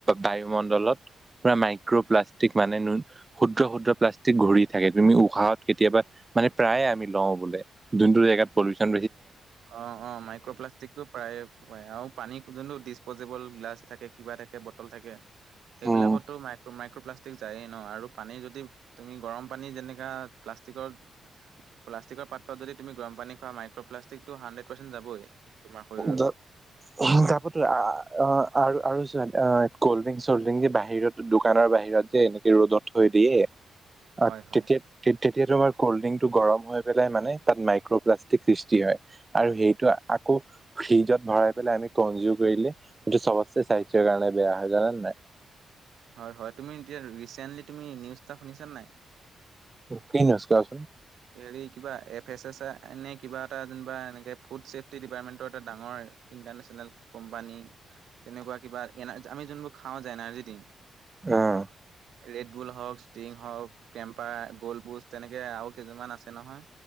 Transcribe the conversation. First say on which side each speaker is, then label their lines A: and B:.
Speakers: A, on the right; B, on the right.
A: বায়ুমণ্ডলত পুৰা মাইক্ৰ' প্লাষ্টিক মানে, ক্ষুদ্ৰ ক্ষুদ্ৰ প্লাষ্টিক ঘূৰি থাকে তুমি, উশাহত কেতিয়াবা মানে প্ৰায়ে আমি লওঁ বোলে যোনতটো জেগাত পলিচন
B: অ অ মাইক্ৰপ্লাষ্টিকটো প্ৰায় আও পানী পৰ্যন্ত ডিছ প'জেবল গ্লাছ থাকে কিবা থাকে বটল থাকে। সেইবিলাকতো
A: উম।
B: মাই মাইক্ৰপ্লাষ্টিক থিক যাই ন আৰু পানী যদি তুমি গৰম পানী যেনেকা প্লাষ্টিকত প্লাষ্টিকত। পাত্ৰত যদি তুমি গৰম পানী খোৱা মাইক্ৰপ্লাষ্টিকটো হণ্ড্ৰেড পাৰ্চেন্ত যাবই। তোমাৰ শৰীৰলৈ
A: দ হিংসা পথো আৰু আৰু যোৱান অ ক'ল্ড ড্ৰিংক, চল্ড ড্ৰিংক যে বাহিৰত দোকানৰ বাহিৰত যে এনেকে ৰ'দত থৈ দিয়ে-
B: হয়
A: অ
B: হয়
A: তেতিয়াত তেত- তেতিয়া তোমাৰ কল্ড ড্ৰিংক টো গৰম হৈ পেলাই মানে তাত মাইক্ৰ'প্লাষ্টিক সৃষ্টি হয় আৰু সেইটো আ- ফ্ৰিজত ভৰাই পেলাই আমি কনজিউম কৰিলে এইটো চবছে স্বাস্থৰ কাৰণে বেয়া হয় জানে নাই?
B: হয় হয় তুমি এতিয়া ৰিচেন্টলি তুমি নিউজ এটা শুনিছানে নাই?
A: কি নিউচ কোৱাচোন?
B: হেৰি কিবা এফ এছ এছ এনে কিবা এটা যেনিবা এনেকে ফুড চছেফটি ডিপাৰ্টমেন্টৰ এটা ডাঙৰ ইন্টাৰেছনেল কোম্পানী তেনেকোৱা কিবা আমি যিবোৰ খাওঁ যে, এনাৰ্জ ড্ৰিং-
A: উম।
B: ৰেডবুল হওক, ষ্টিং হওক, কেম্পাৰ, গলপুষ্ট তেনেকে আৰু কেইমান আছে নহয়।